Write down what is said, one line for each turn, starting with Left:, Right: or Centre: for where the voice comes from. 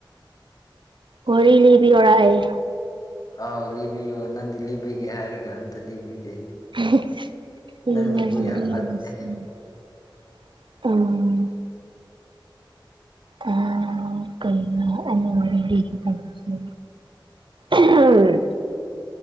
Right: ꯋꯥꯔꯤ ꯂꯤꯕꯤ ꯌꯣꯔꯥ ꯑꯩ
Left: ꯑꯧ ꯂꯤꯕꯤꯌꯣ ꯅꯪꯗꯤ ꯂꯤꯕꯤꯒꯦ ꯍꯥꯏꯔꯒ ꯑꯝꯇ ꯂꯤꯕꯤꯗꯦ
Right: <unintelligible>
Left: ꯅꯪꯅꯕꯨ ꯌꯥꯝ ꯐꯠꯇꯦ
Right: ꯑꯝ ꯑꯥ ꯀꯩꯅꯣ ꯑꯩꯅ ꯋꯥꯔꯤ ꯂꯤꯒꯦ ꯇꯧꯕꯖꯤ ꯑꯍꯝ